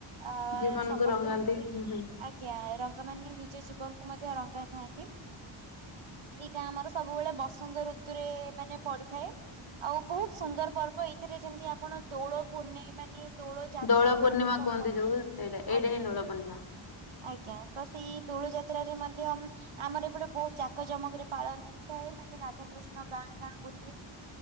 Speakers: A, on the right; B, on the left.
A: ଅ
B: ଜୀବନକୁ
A: ସମସ୍ତେ
B: ରଙ୍ଗାନ୍ତି
A: ମିଶି
B: ହୁଁ ହୁଁ।
A: ଆଜ୍ଞା ରଙ୍ଗ ମାନ ନିଜ ଜୀବନକୁ ମଧ୍ୟ ରଙ୍ଗାଇଥାନ୍ତି ଏଇଟା ଆମର ସବୁବେଳେ ବସନ୍ତ ଋତୁରେ ମାନେ ପଡିଥାଏ। ଆଉ ବହୁତ ସୁନ୍ଦର ପର୍ବ ଏଥିରେ ଯେମିତି ଆପଣ ଦୋଳ ପୂର୍ଣ୍ଣିମ ମାନେ ଯାତ
B: ଦୋଳ ପୂର୍ଣ୍ଣିମା
A: ବୋଲି ବି କହିଥାନ୍ତି।
B: କୁହନ୍ତି ଯୋଉ ସେଇଟା ଏଇଟା
A: ଆଜ୍ଞା।
B: ହିଁ ଦୋଳ ପୂର୍ଣ୍ଣିମା।
A: ଆଜ୍ଞା ତ ସେଇ ଦୋଳ ଯାତ୍ରାରେ ମଧ୍ୟ ଆମର ଏପଟେ ବହୁତ ଜାକ ଜମକରେ ପାଳନ ହୋଇଥାଏ। ମାନେ ରାଧାକୃଷ୍ଣ ଗାଁ ଗାଁ ବୁଲି